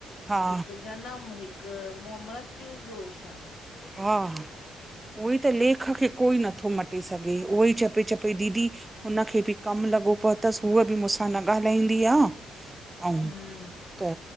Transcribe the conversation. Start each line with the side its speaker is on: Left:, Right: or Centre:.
Right: हा
Left: हिकु जनम हिक। त मुम्बतियु ॿियो छाां।
Right: हा। उहोई त लेख खे कोई नथो मटे सघे उहो ई चपे चपे दीदी। हुनखे बि कमु लॻो पो थसि उहा बि मूंसां न ॻाल्हाईंदी आ। ऐं
Left: हम्म
Right: त